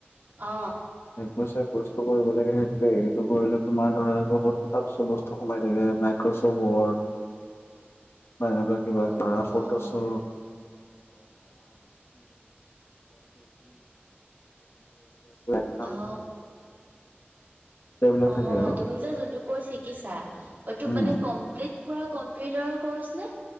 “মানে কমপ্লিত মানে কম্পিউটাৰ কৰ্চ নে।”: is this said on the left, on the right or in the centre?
Right